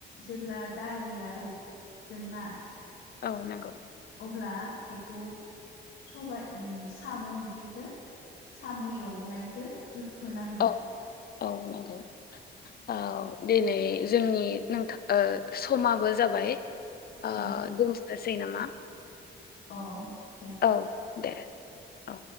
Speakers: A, on the left; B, on the left.
A: जेब्ला दालिया रदोंना
B: औ नांगौ
A: अब्ला बेखौ सबाय उम साम' ओंख्रिखौ साम' एवनायखौ हो होना होयो
B: औ औ नंगौ औ दिनै जोंनि नोंथां ओ समाबो जाबाय आ
A: औ
B: दोसनोसै नामा
A: अ
B: औ दे औ